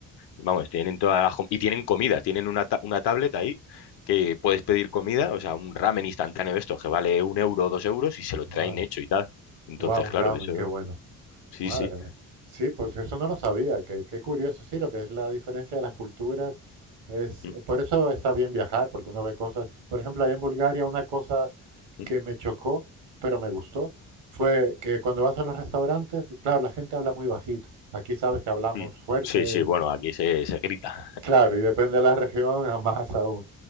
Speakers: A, on the left (about 65°); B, on the right (about 70°).
A: Vamos, tienen todas las... com- Y tienen comida, tienen una, ta- una tablet ahí que puedes pedir comida, o sea, un ramen instantáneo de estos que vale un euro o dos euros y se lo
B: Madre.
A: traen hecho y tal. Entonces,
B: Wow, un
A: claro,
B: ramen,
A: eso,
B: qué bueno.
A: sí,
B: Madre
A: sí.
B: mía. Sí, pues eso no lo sabía. Qué, qué curioso. Sí, lo que es la diferencia de las culturas es...
A: Mm,
B: eh, Por eso está bien viajar, porque uno ve cosas... Por ejemplo, allá en Bulgaria una cosa
A: mm,
B: que me chocó, pero me gustó, fue que cuando vas a los restaurantes, claro, la gente habla muy bajito. Aquí sabes que hablamos
A: mm.
B: fuerte
A: Sí, sí, bueno, aquí se, se grita,
B: Claro, y depende de la región, a más aún.